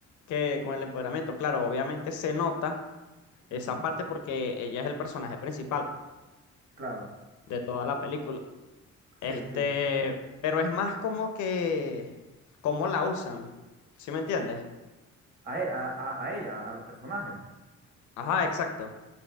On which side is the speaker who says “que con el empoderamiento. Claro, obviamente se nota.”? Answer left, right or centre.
Left